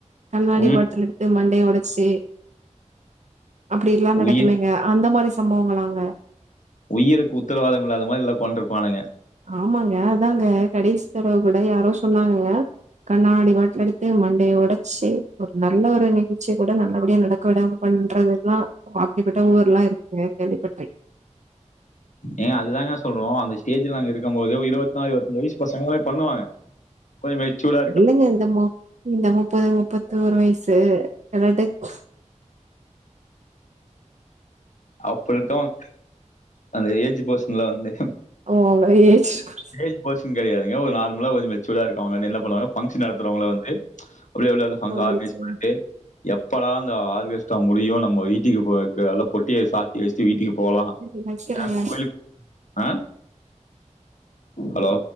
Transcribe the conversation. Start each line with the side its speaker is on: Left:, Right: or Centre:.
Right: கண்ணாடி
Left: ம்,
Right: பாட்டல் எடுத்து மண்டய ஒடச்சு அப்படி எல்லா நடக்குமேங்க
Left: உயிர்
Right: அந்த மாரி சம்பவங்களாங்க
Left: உயிருக்கு உத்தரவாதம் இல்லாத மாரி எல்லா உக்காண்டிருப்பானுங்க
Right: ஆமாங்க அதாங்க கடைசி தடவ கூட யாரோ சொன்னாங்கங்க கண்ணாடி பாட்டல் அடித்து மண்டையை ஓடச்சு ஒரு நல்ல ஒரு நிகழ்ச்சிய கூட நல்லபடியா நட க்க விடாம பண்றதுல்லா அப்டிப்பட்ட ஊர்லாம் இருக்குங்க கேள்விப்பட்ருக்
Left: ஏங்க அதுதாங்கே சொல்றோ அந்த ஸ்டேஜ்ல நாங்க இருக்கம் போது ஒரு இருவத்நாலு இருவத்தஞ்சி வயசு பசங்களே பண்ணுவாங்க கொஞ்ச மெச்சோடா
Right: இல்லைங்க இந்த முப் இந்த முப்பது முப்பத்தோரு வயசு வெடக்
Left: அப்டியிருக்கோனு அந்த ஏஜ் பசங்லா வந்து
Right: ஓ அவங்கலா ஏஜ்க்கு
Left: ஏஜ் பெர்சன் கிடையாதுங்க ஒரு நார்மலா கொஞ்சோ மெச்சூர்டா இருக்கவங்க வந்து என்ன பண்ணுவாங்க பங்க்ஷன் நடத்துறவங்கள வந்து உள்ளே உள்ளே உள்ள பங்ஷன்
Right: வந்துருச்சுங்க
Left: ஆர்கனைஸ் பண்ட்டு எப்படா அந்த ஆர்கெஸ்ட்ரா முடியு நம்ம வீட்டுக்கு போறதுக்கு காலைலே பொட்டியை சாத் இத வச்சிட்டு வீட்டுக்கு போலா
Right: சரி வைக்கிறங்க
Left: ஏ கோயிலுக்கு ஆ ஹலோ